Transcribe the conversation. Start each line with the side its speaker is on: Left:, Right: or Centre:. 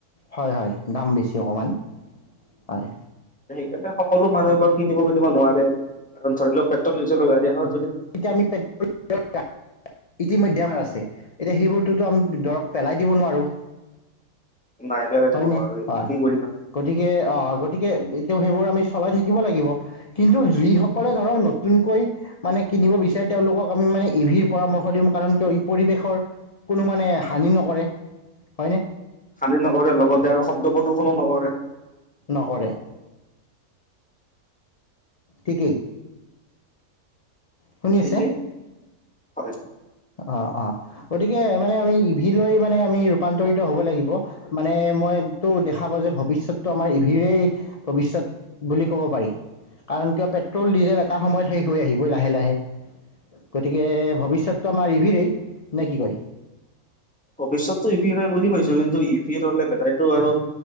Left: হয় হয় দাম বেছি অকণমান হয়।
Centre: এতিয়া সকলো মানুহে বাৰু কিনিব পতিব নোৱাৰে কাৰণ ধৰি লও পেট্ৰল, ডিজেলৰ গাড়ী এখন
Left: এতিয়া আমি পেট্ৰল ইতিমধ্যে আমাৰ আছে। এতিয়া সেইবোৰতো আমি ধৰক পেলাই দিব নোৱাৰোঁ।
Centre: নাই পেলাই
Left: হয়
Centre: দিব
Left: নে
Centre: নোৱাৰো এইবিলাক
Left: হয়
Centre: কি কৰিবা
Left: গতিকে অ গতিকে সেইবোৰ আমি চলাই থাকিব লাগিব কিন্তু যিসকলে ধৰক নতুনকৈ মানে কিনিব বিচাৰে তেওঁলোকক আমি মানে ই ভিৰ পৰামৰ্শ দিওঁ কাৰণ কিয় ই পৰিবেশৰ কোনো মানে হানি নকৰে। হয়নে?
Centre: হানি নকৰে লগতে আৰু শব্দ প্ৰদূষণো নকৰে।
Left: নকৰে ঠিকেই। শুনি
Centre: সেইটোৱে
Left: আছে?
Centre: হয়।
Left: অ অ গতিকে মানে আমি ই ভি লৈ মানে আমি ৰূপান্তৰিত হব লাগিব মানে মইটো দেখা পাওঁ যে ভৱিষ্যতটো আমাৰ ইভিৰেই ভৱিষ্যত বুলি ক'ব পাৰি। কাৰণ কিয় পেট্ৰল ডিজেল এটা সময়ত শেষ হৈ আহিব লাহে লাহে। গতিকে ভৱিষ্যত টো আমাৰ ইভিৰেই নে কি কয়?
Centre: ভৱিষ্যতটো ইভিৰ বুজি পাইছো কিন্তু ইভিৰ হলে বেটাৰীটো আৰু